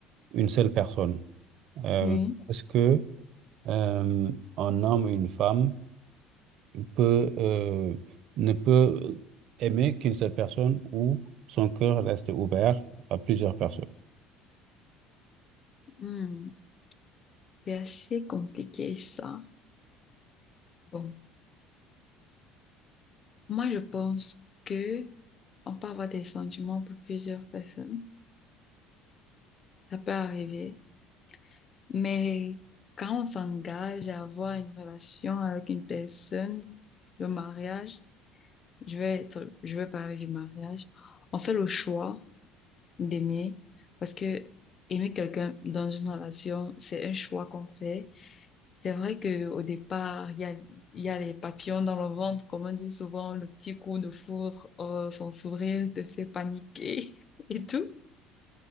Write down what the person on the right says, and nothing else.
une seule personne. Euh,
est-ce que euh, un homme ou une femme peut euh, ne peut aimer qu'une seule personne ou son cœur reste ouvert à plusieurs personnes?